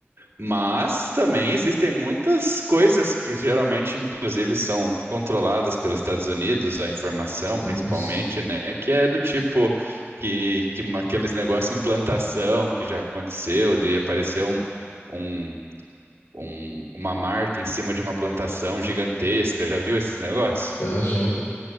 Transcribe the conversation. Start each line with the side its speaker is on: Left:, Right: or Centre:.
Right: Mas também existem muitas coisas que geralmente, inclusive, são controladas pelos Estados Unidos, a informação
Left: sim,
Right: principalmente,
Left: sim.
Right: né? Que é do tipo que, que uma- aqueles negócios de implantação que já aconteceu, de aparecer um. um um- uma marca em cima de uma plantação gigantesca. Já viu esses negócios?
Left: Já, já.